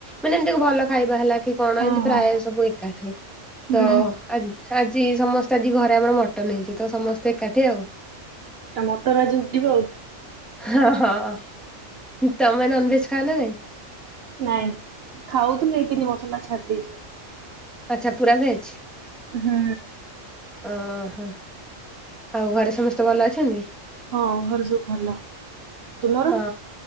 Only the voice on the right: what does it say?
ହଁ
ହଁ
ହୁଁ
ତା ମଟର ଆଜି ଉଡିବ ଆଉ।
ନାଇଁ ଖାଉଥିଲି ଏଇ ତିନି ବର୍ଷ ହେଲା ଛାଡି ଦେଇଚି।
ହୁଁ।
ହଁ ଘରେ ସବୁ ଭଲ। ତୁମର